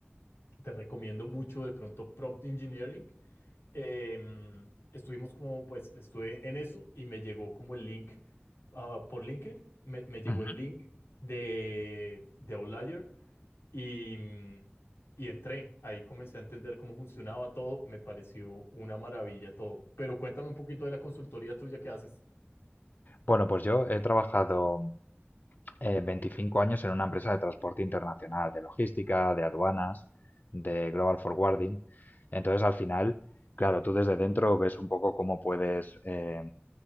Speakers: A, on the left (about 75°); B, on the left (about 45°).
A: que te recomiendo mucho, de pronto Prompt Engineering. Em, estuvimos como, pues, estuve en eso y me llegó como el link, ah, por LinkedIn, me, me llegó
B: Ujú.
A: el link de, de Outlier. Y, mm, y entré, ahí comencé a entender cómo funcionaba todo, me pareció una maravilla todo. Pero cuéntame un poquito de la consultoría tuya que haces.
B: Bueno, pues yo he trabajado eh, 25 años en una empresa de transporte internacional, de logística, de aduanas, de global forwarding. Entonces, al final, claro, tú desde dentro ves un poco cómo puedes, eh,